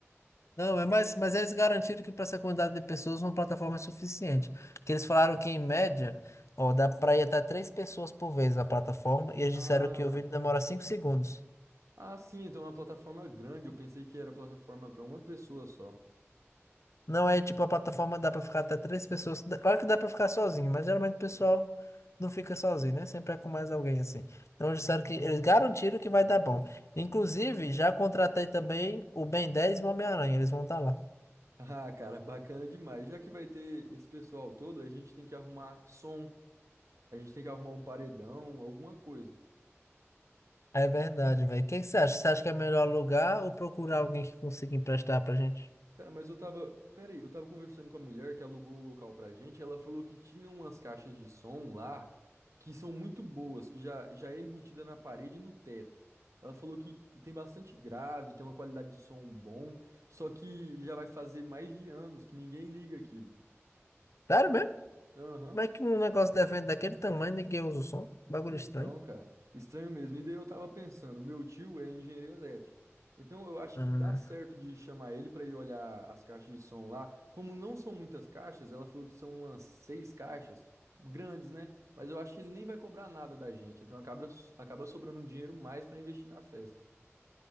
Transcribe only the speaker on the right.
Ah,
ah, sim, então é uma plataforma grande. Eu pensei que era plataforma pra uma pessoa só. <laughs>
Ah, cara, bacana demais. Já que vai ter esse pessoal todo, a gente tem que arrumar som, a gente tem que arrumar um paredão, alguma coisa.
Cara, mas eu tava. Pera aí, eu tava conversando com a mulher que alugou o local pra gente. Ela falou que tinha umas caixas de som lá que são muito boas, que já, já é embutida na parede e no teto. Ela falou que tem bastante grave, tem uma qualidade de som bom, só que já vai fazer mais de anos que ninguém liga aquilo.
Aham.
Então,
cara, estranho mesmo. E daí eu tava pensando, meu tio é engenheiro elétrico. Então eu acho
que dá certo de chamar ele pra ir olhar as caixas de som lá. Como não são muitas caixas, ela falou que são umas seis caixas grandes, né? Mas eu acho que ele nem vai cobrar nada da gente. Então acaba, acaba sobrando um dinheiro mais pra investir na festa.